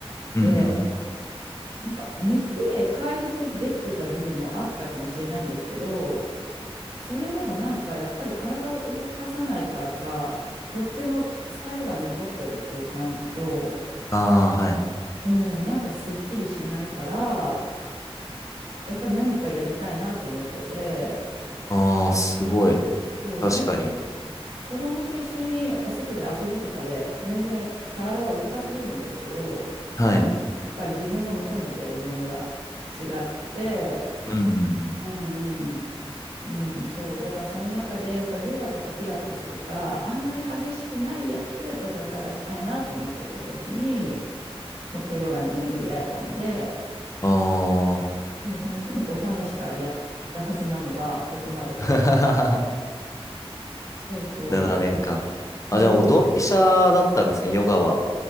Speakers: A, on the left; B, on the right.
A: うんうんうん。
B: で、やっぱ寝て回復できてた部分もあったかもしれないんですけど、それでもなんかやっぱり体を動かさないからか、とっても疲れが残ってるっていう感じと、
A: ああ、はい。
B: うん、なんかすっきりしないから、やっぱ何かやりたいなと思ってて、
A: ああ、すごい。
B: もうずっと
A: 確かに。
B: 子供と一緒にやっぱ外で遊ぶとかで全然体は動かせれるんですけど、
A: はい。
B: なんかやっぱり自分が求めてるものが違って、
A: うんうん
B: うんうんうん、そう。だからその中で、やっぱりヨガとかピラティスとか、あんまり激しくないやつで私は探したいなと思ってた時に、ホットヨガに巡り会えたので、
A: うん。あ
B: でも本当にお試しからやったはずなのが、ここまで来れた。
A: あ。<laughs>
B: そうそう。
A: 7年間。
B: そう、
A: あ、じゃあもうドンピシャだったんですね、ヨガは。